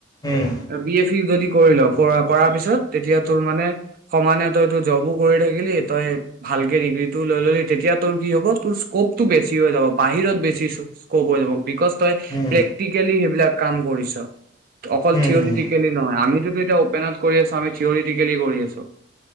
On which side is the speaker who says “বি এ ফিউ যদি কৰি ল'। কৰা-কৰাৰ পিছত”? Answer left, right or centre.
Right